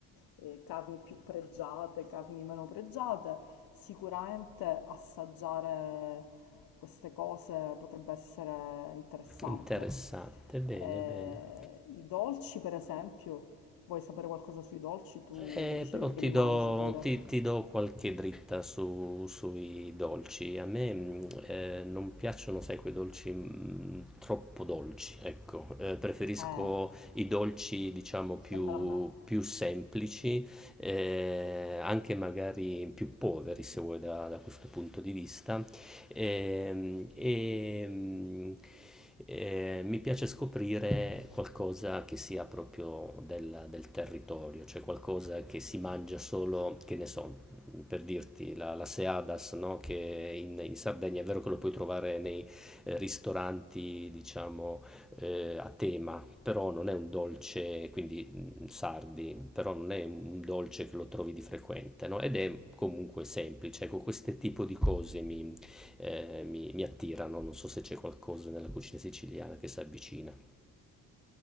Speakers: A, on the left; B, in the centre.
A: eh, carni più pregiate, carni meno pregiate, sicuramente assaggiare queste cose potrebbe essere interessante.
B: interessante, bene,
A: Eh,
B: bene.
A: i dolci, per esempio, vuoi sapere qualcosa sui dolci? Tu
B: Eh,
A: dicevi
B: però
A: che
B: ti
A: li
B: do,
A: mangi pure.
B: ti- ti do qualche dritta su- sui dolci. A me mh, eh, non piacciono, sai, quei dolci mh, troppo dolci, ecco. Eh, preferisco
A: Eh,
B: i dolci, diciamo, più,
A: dammela a me.
B: più semplici, eh, anche magari più poveri, se vuoi, da, da questo punto di vista. Ehm, e, eh, mi piace scoprire qualcosa che sia proprio del, del territorio, cioè qualcosa che si mangia solo, che ne so, per dirti, la, la seadas, no? Che in, in Sardegna è vero che lo puoi trovare nei eh, ristoranti, diciamo, eh, a tema, però non è un dolce, quindi mm, sardi, però non è un dolce che lo trovi di frequente, no? Ed è comunque semplice, ecco, questo tipo di cose mi eh, mi, mi attirano. Non so se c'è qualcosa nella cucina siciliana che si avvicina.